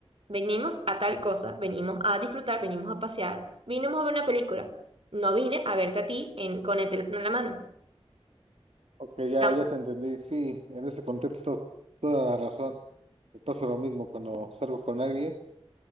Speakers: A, on the right (about 60°); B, on the right (about 75°).
A: venimos a tal cosa, venimos a disfrutar, venimos a pasear, vinimos a ver una película, no vine a verte a ti en, con el teléfono en la mano.
B: Ok, ya,
A: Am-
B: ya te entendí. Sí, en ese contexto toda la razón. Me pasa lo mismo cuando salgo con alguien.